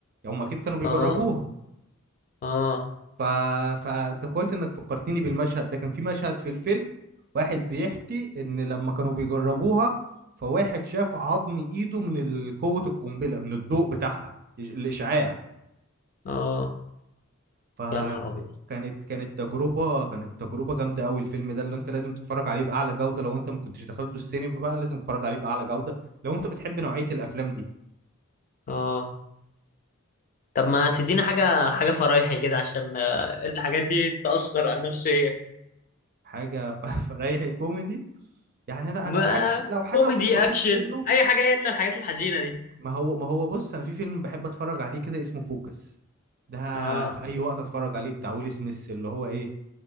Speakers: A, on the right (about 45°); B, on the left (about 40°).
A: هم أكيد كانوا بيجربوها
B: اه اه
A: ف... فأنت كويس إنك فكرتني بالمشهد ده كان في مشهد في الفيلم واحد بيحكي إن لما كانوا بيجربوها فواحد شاف عظم إيده من ال- قوة القنبلة من الضوء بتاعها إج- الإشعاع
B: اه
A: فكانت
B: يا نهار ابيض
A: كانت تجربة كانت تجربة جامدة قوي الفيلم ده اللي أنت لازم تتفرج عليه بأعلى جودة لو أنت ما كنتش دخلته السينما بقى لازم تتفرج عليه بأعلى جودة لو أنت بتحب نوعية الأفلام دي
B: اه طب ما تدينا حاجه حاجه فرايحي كده عشان آه، الحاجات دي تاثر على النفسيه
A: حاجه ف- <laughs> فريحي كوميدي يعني انا
B: ما
A: انا حاجه لو حاجه
B: كوميدي
A: في البسيط
B: اكشن
A: منه
B: اي حاجه الا الحاجات الحزينه دي
A: ما هو ما هو بص انا في فيلم بحب اتفرج عليه كده اسمه فوكس ده
B: اه
A: في اي وقت اتفرج عليه بتاع ويل سميث اللي هو ايه